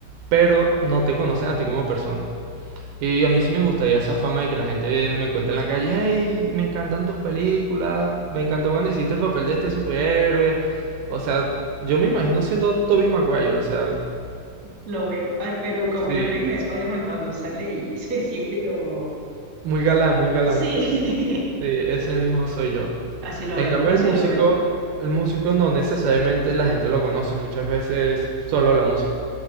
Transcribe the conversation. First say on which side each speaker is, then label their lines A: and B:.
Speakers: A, on the right; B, on the right.
A: pero no te conocen a ti como persona. Y a mí sí me gustaría esa fama de que la gente me encuentra en la calle, hey, me encantan tus películas, me encantó cuando hiciste el papel de este superhéroe. O sea, yo me imagino siendo Tobey Maguire, o sea,
B: Lo veo. Ah, pero como
A: sí,
B: en la película de Spider-Man cuando sale y <laughs> se siente como...
A: muy galán, muy galán.
B: Sí,
A: Sí, ese mismo soy yo.
B: <laughs> así lo
A: En
B: veo,
A: cambio,
B: así
A: el músico,
B: lo veo.
A: el músico no necesariamente la gente lo conoce, muchas veces solo la música.